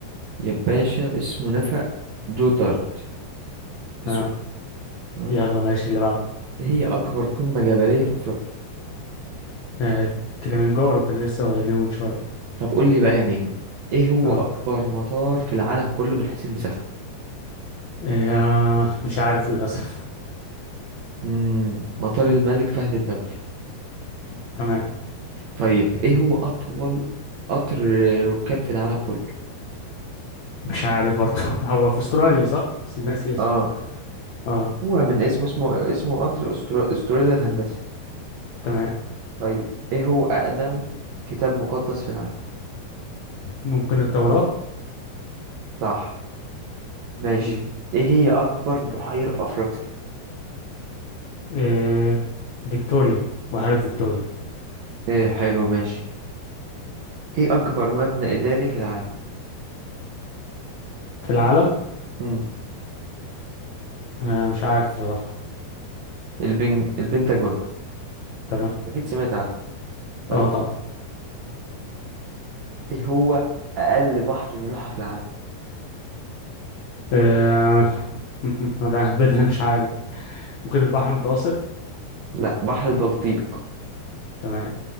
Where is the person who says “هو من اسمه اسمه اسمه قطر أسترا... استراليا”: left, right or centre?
Right